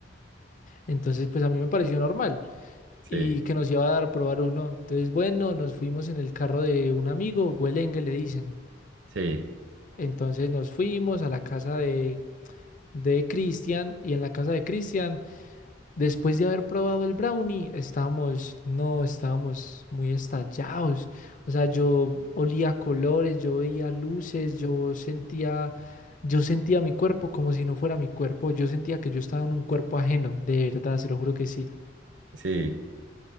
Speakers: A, on the left; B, on the right.
A: Entonces, pues a mí me pareció normal
B: sí,
A: y que nos iba a dar a probar uno. Entonces, bueno, nos fuimos en el carro de un amigo, Güelengue le dicen.
B: sí,
A: Entonces nos fuimos a la casa de, de Cristian y en la casa de Cristian, después de haber probado el brownie, estábamos, no, estábamos muy estallados. O sea, yo olía colores, yo veía luces, yo sentía, yo sentía mi cuerpo como si no fuera mi cuerpo. Yo sentía que yo estaba en un cuerpo ajeno, de verdad, se lo juro que sí.
B: sí.